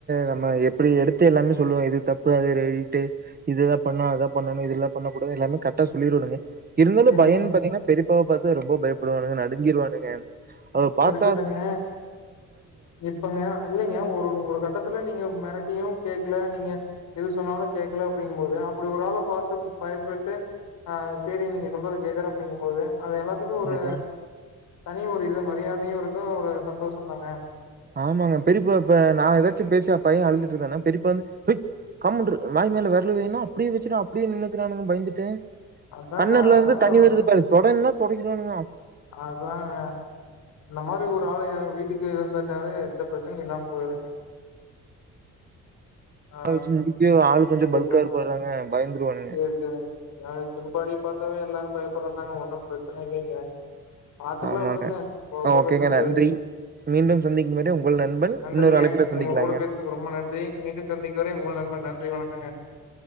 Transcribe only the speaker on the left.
சேரிங்க
கட்டுங்க இப்பங்க இல்லங்க ஒரு ஒரு கட்டத்துல நீங் க மெரட்டியு கேக்கல நீங்க எது சொன்னாலு கேக்கல அப்டிங்கும்போது அப்புடி ஒரு ஆள பாத்து பயப்புட்டு ஆ சேரி நீங்க சொல்றத கேக்குற அப்டிங்கும்போது அது எல்லாத்துக்கு ஒரு
தனி ஒ ரு இது மரியாதையு இருக்கு ஒரு சந்தோஷம் தாங்க
அதாங்க
அதாங்க
அதாங்க இந்த மாரி ஒரு ஆளய வீட்டுக் இருந்துட்டாவே எந்த ப்ரச்சனையு இல்லாம் போயிருங்க ஆ
கண்டிப்பாங்க
சேரி சேரிங்க ஆ ஜிம் பாடி பாத்தாவே எல்லாரும் பயப்பர்றதாங்க ஒன்னும் ப்ரச்சன இல்லிங்க பாத்துக்கலா
வுடுங்க போ போல்லா
சரியாரு
நன்றிங்க
உங்க கூட பேசுனதுகு ரொம்ப நன்றி மீண்டும் சந்திக்கு வரை உங்கள் நண்பன் நன் நன்றி வணக்கங்க